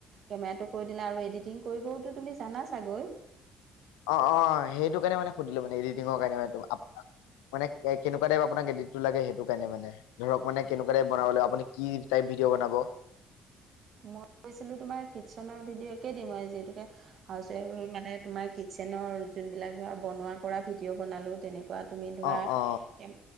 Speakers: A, on the right (about 55°); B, on the left (about 75°).
A: কেমেৰাটো কৈ দিলা আৰু এডিটিং কৰিবওতো তুমি জানা চাগৈ
B: অ অ সেইটো কাৰণে মানে সুধিলো মানে এডিটিঙৰ কাৰণে মানে আপোনাক মানে কেনেকা টাইপ আপোনাক গেডতটো লাগে সেইটো কাৰণে মানে ধৰক মানে কেনেকুৱা টাইপ বনাব লাগ আপুনি কি টাইপ ভিডিঅ' বনাব
A: মই গৈছিলোঁ তোমাৰ কিটচেনৰ ভিডিঅ' একে দি মই যিহেতুকে হাউচৱাইফ ৰৈ মানে তোমাৰ কিটচেনৰ ভিডিঅ' বননেকুৱ তুমি ধ
B: অ অ